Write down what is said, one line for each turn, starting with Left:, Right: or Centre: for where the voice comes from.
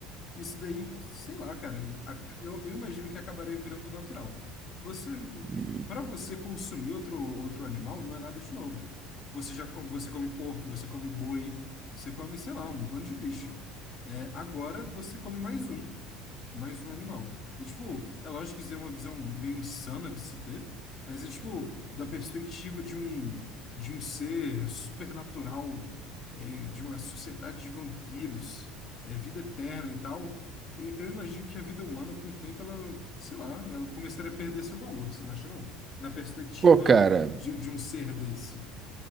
Left: isso daí, sei lá, cara, a- eu, eu imagino que acabaria virando natural. Você,
Right: Hum.
Left: para você consumir outro, outro animal, não é nada de novo. Você já come, você come porco, você come boi, você come, sei lá, um bando de bicho. É, agora você come mais um mais um animal. E, tipo, é lógico que isso é uma visão meio insana de se ter, mas é, tipo, da perspectiva de um, de um ser supernatural, é, de uma sociedade de vampiros, é, vida eterna e tal, eu, eu imagino que a vida humana, com o tempo, ela, sei lá, ela começaria a perder seu valor, você não acha, não? Na perspectiva
Right: Pô, cara.
Left: de, de um ser desse.